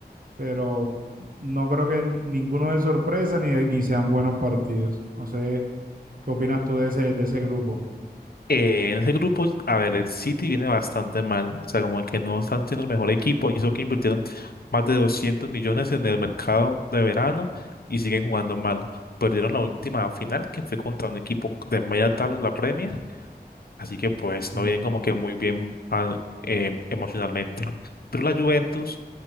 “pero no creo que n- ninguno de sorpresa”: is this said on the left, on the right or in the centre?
Right